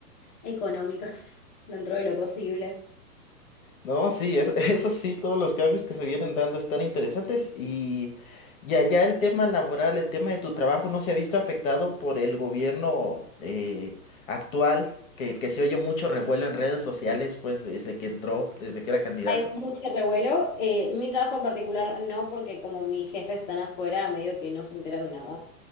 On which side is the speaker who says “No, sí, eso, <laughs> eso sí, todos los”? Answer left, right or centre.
Left